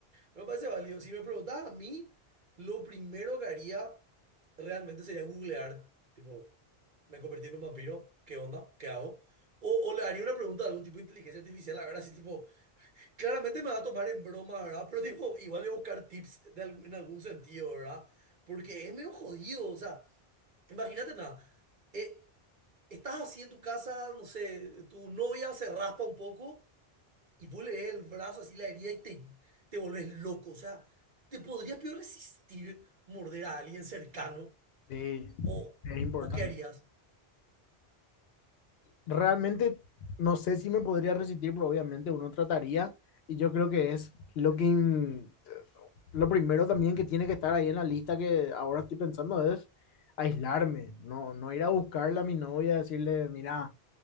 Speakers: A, on the right; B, on the left.
A: me parece válido. Si me preguntas a mí, lo primero que haría realmente sería googlear, tipo, me convertí en un vampiro, ¿qué onda? ¿Qué hago? O, o le haría una pregunta a algún tipo de inteligencia artificial, la verdad. así tipo, claramente me va a tomar en broma, ¿verdad? Pero tipo, igual le voy a buscar tips de al- en algún sentido, ¿verdad? Porque es medio jodido, o sea, imagínate nada. eh, Estás así en tu casa, no sé, tu novia se raspa un poco y vos le ves el brazo así la herida y te, te volvés loco. O sea, ¿te podrías peor resistir morder a alguien cercano?
B: Sí,
A: ¿O,
B: es importante.
A: o qué harías?
B: Realmente no sé si me podría resistir, pero obviamente uno trataría y yo creo que es lo que in- lo primero también que tiene que estar ahí en la lista que ahora estoy pensando es aislarme, no, no ir a buscarla a mi novia, decirle, mira,